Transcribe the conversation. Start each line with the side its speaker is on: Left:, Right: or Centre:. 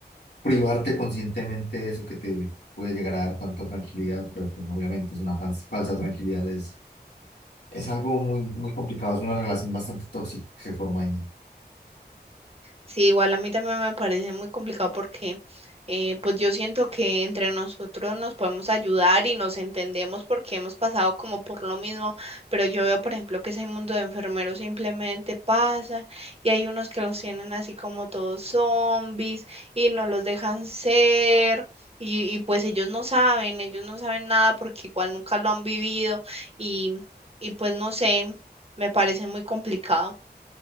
Left: privarte conscientemente de eso que te puede llegar a dar tanta tranquilidad, pero pues obviamente es una fan- falsa tranquilidad, es, es algo muy, muy complicado, es una relación bastante tóxica que se forma ahí.
Right: Sí, igual a mí también me parece muy complicado porque eh, pues yo siento que entre nosotros nos podemos ayudar y nos entendemos porque hemos pasado como por lo mismo, pero yo veo, por ejemplo, que ese mundo de enfermeros simplemente pasa y hay unos que los tienen así como todos zombies y no los dejan ser. Y, y pues ellos no saben, ellos no saben nada porque igual nunca lo han vivido y, y pues no sé, me parece muy complicado.